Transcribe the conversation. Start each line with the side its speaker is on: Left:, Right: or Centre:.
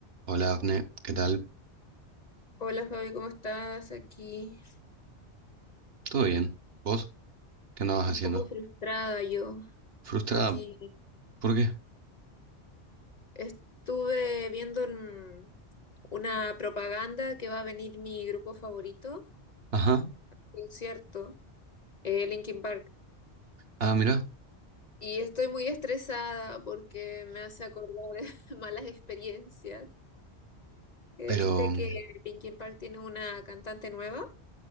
Right: Hola, Abne, ¿qué tal?
Left: Hola Fabi, ¿cómo estás? Aquí
Right: ¿Todo bien? ¿Vos? ¿Qué andabas
Left: un
Right: haciendo?
Left: poco frustrada yo.
Right: Frustrada.
Left: Aquí
Right: ¿Por qué?
Left: estuve viendo en una propaganda que va a venir mi grupo favorito,
Right: Ajá.
Left: concierto, eh, Linkin Park.
Right: Ah, mira.
Left: Y estoy muy estresada porque me hace acordar <laughs> malas experiencias. Eh,
Right: Pero
Left: ¿viste
Right: mm,
Left: que Linkin Park tiene una cantante nueva?